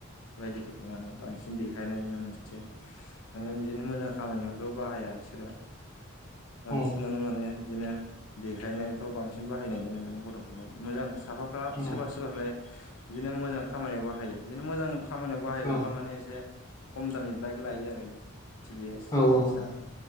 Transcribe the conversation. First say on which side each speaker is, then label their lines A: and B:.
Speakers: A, on the left; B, on the left.
A: बेबायदिखो <unintelligible> बांसिन देखायनाय नुनो मोनसै माने बिदिनो मोजां खामानियावथ' बाहाया बिसोरो। बांसिनानो
B: औ
A: माने। बिदिनो देखायनायफ्राव बांसिन बाहायनाय नुनो मोनो गथ'फोरखौ। मोजां साफाफ्रा सोरबा
B: औ
A: सोरबालाय बिदिनो मोजां खामानियाव बाहायो। बिदिनो मोजां खामानियाव बाहायग्रा
B: औ
A: से खम दामि बाइक लायो थि बियो
B: औ
A: पालसार
B: औ नंगौ